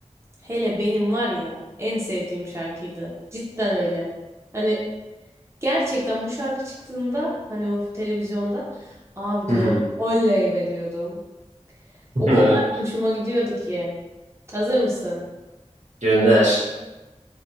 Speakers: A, on the right (about 25°); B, on the right (about 85°).
A: Hele benim var ya en sevdiğim şarkıydı. Cidden öyle. Hani Gerçekten bu şarkı çıktığında hani o televizyonda abi
B: hı
A: diyordum. Oley be diyordum. O
B: hı.
A: kadar hoşuma gidiyordu ki. Hazır mısın?
B: <laughs> Gönder.